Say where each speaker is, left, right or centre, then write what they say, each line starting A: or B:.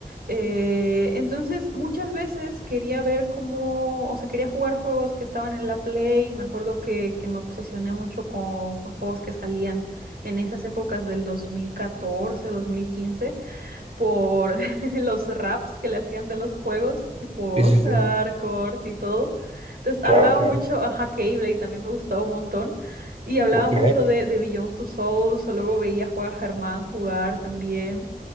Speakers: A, on the right; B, on the right.
A: Eh, entonces, muchas veces quería ver cómo, o sea, quería jugar juegos que estaban en la Play. Me acuerdo que, que me obsesioné mucho con, con juegos que salían en esas épocas del 2014, 2015 por <laughs> los raps que le hacían de los juegos, tipo
B: Sí, sí,
A: Sarkort
B: sí.
A: y todo. Entonces hablaba
B: Claro, claro.
A: mucho, ajá, Keyblade también me gustaba un montón. Y hablaba
B: Ok.
A: mucho de, de Beyond Two Souls, o luego veía jugar a Germán jugar también.